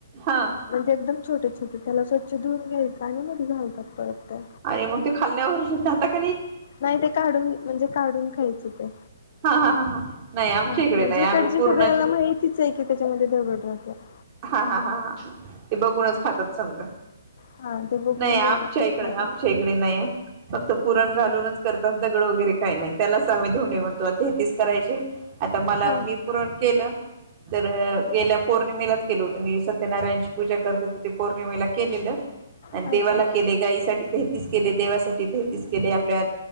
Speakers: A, on the right; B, on the left.
A: हा
B: म्हणजे एकदम छोटे-छोटे त्याला अशे छ धुवून घ्यायचं आणि मधी घालतात परत ते.
A: आणि मग ते खाल्ल्यावर राहतक
B: नाही ते काढून म्हणजे काढून ख्यायचे ते.
A: हा हा हा हा. नाही आमच्या
B: हा
A: इकडे
B: म्हणजे
A: नाही आम्ही
B: इकडच्या
A: पूर्णाचे
B: सगळ्याला माहितीच आहे की त्याच्यामध्ये दगड राहत्यात.
A: हा हा हा हा ते बघूनच खातात समजा
B: हा ते बघून
A: नाही आमच्या
B: व्यवस्थित
A: इकडे
B: खातात
A: आमच्या इकडे नाही हा. फक्त पुरण घालूनच करतात दगड वगैरे काही नाही त्यालाच आम्ही धोंडे म्हणतो आता ते तेच करायचे. आता मला
B: हा
A: मी पुरण केलं तर गेल्या पौर्णिमेलाच केलं होत म सत्यनारायणची पूजा करते, तर ते पौर्णिमेला केलेलं. आणि
B: हा
A: देवाला
B: अच्छा.
A: केले, गाईसाठी तेहतीच केले, देवासाठी तेहतीस केले, आपल्या